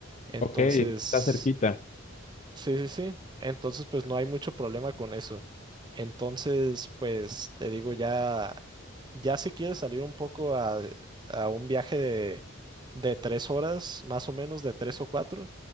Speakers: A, on the right; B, on the left.
A: Entonces,
B: Ok, está cerquita.
A: sí, sí, sí. Entonces, pues no hay mucho problema con eso. Entonces, pues te digo ya ya si quieres salir un poco a, a un viaje de, de tres horas, más o menos, de tres o cuatro,